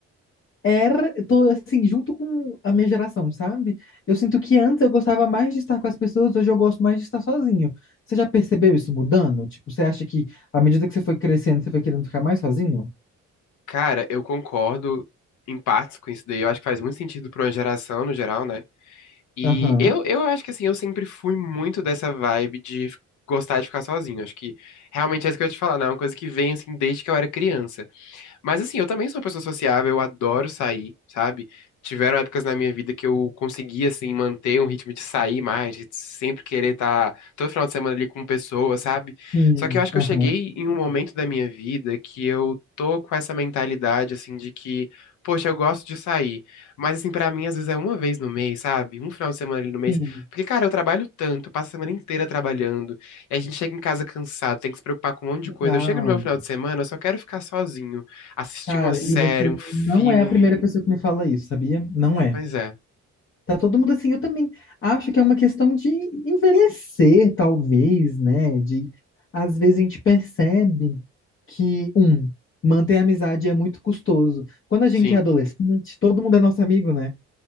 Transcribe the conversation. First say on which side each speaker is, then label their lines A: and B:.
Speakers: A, on the left; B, on the left.
A: era, tô assim, junto com a minha geração, sabe? Eu sinto que antes eu gostava mais de estar com as pessoas, hoje eu gosto mais de estar sozinho. Você já percebeu isso mudando? Tipo, você acha que à medida que você foi crescendo, você foi querendo ficar mais sozinho?
B: Cara, eu concordo em partes com isso daí. Eu acho que faz muito sentido pra uma geração no geral, né? E
A: Aham.
B: eu, eu acho que assim, eu sempre fui muito dessa vibe de f- gostar de ficar sozinho. Acho que realmente é isso que eu ia te falar, né? É uma coisa que vem assim desde que eu era criança. Mas assim, eu também sou uma pessoa sociável, eu adoro sair, sabe? Tiveram épocas na minha vida que eu conseguia assim, manter um ritmo de sair mais, de sempre querer estar todo final de semana ali com pessoas, sabe?
A: Sim,
B: Só que eu acho que
A: aham.
B: eu cheguei em um momento da minha vida que eu tô com essa mentalidade, assim, de que, poxa, eu gosto de sair, mas, assim, pra mim, às vezes é uma vez no mês, sabe? Um final de semana ali no mês.
A: Sim.
B: Porque, cara, eu trabalho tanto, eu passo a semana inteira trabalhando, e a gente chega em casa cansado, tem que se preocupar com um monte de
A: Total.
B: coisa. Eu chego no meu final de semana, eu só quero ficar sozinho. Assistir
A: Cara,
B: uma série,
A: e você
B: um filme.
A: não é a primeira pessoa que me fala isso, sabia? Não é.
B: Pois é,
A: Tá todo mundo assim, eu também acho que é uma questão de envelhecer, talvez, né? De às vezes a gente percebe que, um, manter a amizade é muito custoso. Quando a gente
B: sim,
A: é adolescente, todo mundo é nosso amigo, né?